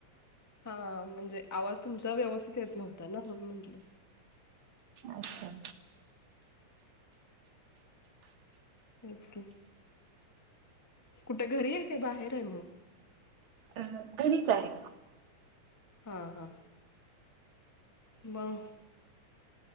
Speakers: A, on the left (about 20°); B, on the right (about 50°).
A: हा म्हणजे आवाज तुमचा व्यवस्थित येत नव्हता ना म्हणून म्हटलं.
B: अच्छा
A: तेचं की.. कुठे घरी आहे काय बाहेर आहे मग?
B: अ घरीच आहे!
A: हां हां मग